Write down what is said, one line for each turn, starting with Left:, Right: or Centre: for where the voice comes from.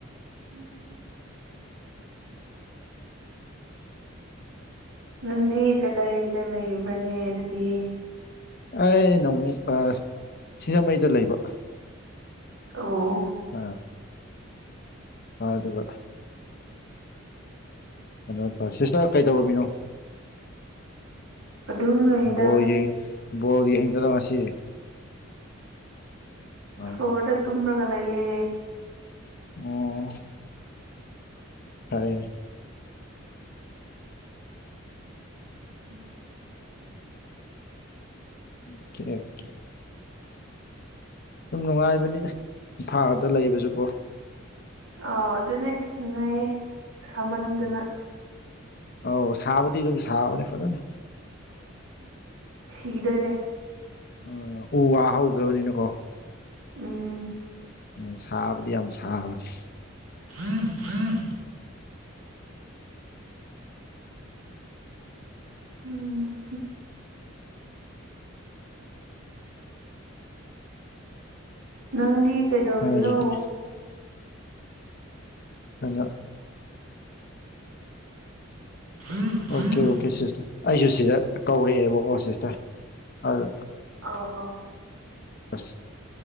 Right: ꯎꯝ ꯎꯝ ꯅꯪꯗꯤ ꯀꯗꯥꯏꯗ ꯂꯩꯕ꯭ꯔꯅꯦ ꯑꯗꯨꯗꯤ
Left: ꯑꯩ ꯅ ꯑꯃꯨꯛ ꯁꯤꯡꯖꯃꯩꯗ ꯂꯩꯕ
Right: ꯑꯣ
Left: ꯑꯥ ꯑ ꯑꯗꯨꯒ ꯀꯩꯅꯣ ꯇꯧ ꯁꯤꯁꯇꯔ ꯀꯩꯗꯧꯔꯝꯃꯤꯅꯣ
Right: ꯑꯗꯨꯝ ꯂꯩꯔꯤꯗꯥ
Left: ꯕꯣꯜ ꯌꯦꯡ ꯕꯣꯜ ꯌꯦꯡꯗꫭꯏꯔꯥ ꯉꯁꯤ ꯍꯣꯏ
Right: ꯐꯣꯔꯗ ꯇꯨꯝꯔꯒ ꯂꯩꯌꯦ
Left: ꯑꯣ ꯐꯔꯦꯅꯦ
Right: ꯎꯝ
Left: ꯑꯣ ꯀꯦ ꯑꯣ ꯀꯦ ꯁꯨꯝ ꯅꯨꯡꯉꯥꯏꯕꯅꯤꯗ ꯏꯝꯐꯥꯜꯗ ꯂꯩꯕꯁꯨꯀꯣ
Right: ꯑ ꯑꯗꯨꯅꯦ ꯅꯨꯡꯉꯥꯏꯌꯦ ꯁꯥꯃꯟꯗꯅ
Left: ꯎꯝ ꯑꯧ ꯁꯥꯕꯗꯤ ꯑꯗꯨꯝ ꯁꯥꯕꯅꯤ ꯐꯖꯅ
Right: ꯁꯤꯗꯣꯔꯦ
Left: ꯎꯝ ꯎ ꯋꯥ ꯍꯧꯗꯕꯅꯤꯅꯀꯣ
Right: ꯎꯝ
Left: ꯎꯝ ꯁꯥꯕꯗꯤ ꯌꯥꯝ ꯁꯥꯕꯅꯤ
Right: <unintelligible> ꯎꯝ ꯅꯪꯗꯤ ꯀꯩꯗꯧꯔꯤꯅꯣ
Left: ꯑꯗꯨꯗꯤ ꯑꯗꯨꯅ
Right: ꯑꯥꯎ
Left: ꯑꯣ ꯀꯦ ꯑꯣ ꯀꯦ ꯁꯤꯁꯇꯔ ꯑꯩꯁꯨ ꯁꯤꯗ ꯀꯧꯔꯛꯑꯦꯕꯀꯣ ꯁꯤꯁꯇꯔ ꯑꯗꯨ
Right: ꯑꯧ ꯑꯧ
Left: ꯃꯁꯤ